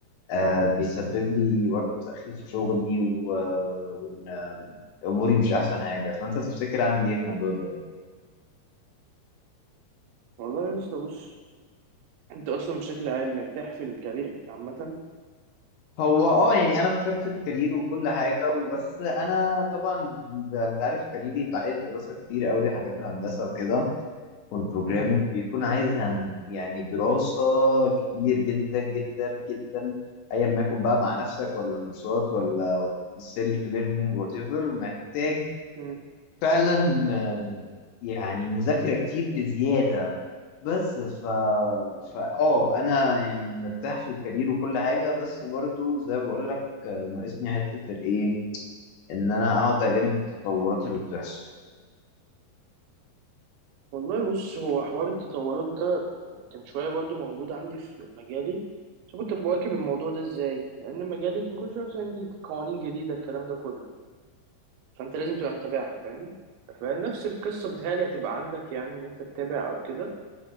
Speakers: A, on the left; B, on the right.
A: آه بيسبب لي برضو تاخير في شغلي و- آه، وان آه، اموري مش احسن حاجه فانت تفتكر اعمل ايه في الموضوع ده
B: والله يا اسطى بص انت اصلا بشكل عام مرتاح في الكارير عامه
A: هو اه يعني انا اخترت الكارير وكل حاجه وبس انا طبعا ب- انت عارف كاريري بعيد دراسه كتير قوي حاجات الهندسه وكده والبروجرامينج
B: مم،
A: بيكون عايز هن- يعني دراسة كتير جدا جدا جدا ايا ما يكون بقى مع نفسك ولا كورسات ولا سيلف ليرنينج وات ايفر محتاج
B: مم.
A: فعلا آم، يعني مذاكرة كتير بزيادة بس ف فا اه انا يعني مرتاح في الكارير وكل حاجة بس برضو زي ما بقول لك آه، ناقصني حتة الايه ان انا اقعد الم التطورات اللي بتحصل
B: والله بص هو حوار التطورات ده كان شوية برضو موجود عندي في مجالي بس كنت بواكب الموضوع ده ازاي لأن مجالي كان كل شوية مثلا ينزل قوانين جديدة الكلام ده كله فأنت لازم تبقى متابعها فاهم فنفس القصة بتهيألي هتبقى عندك يعني إن أنت تتابع أو كده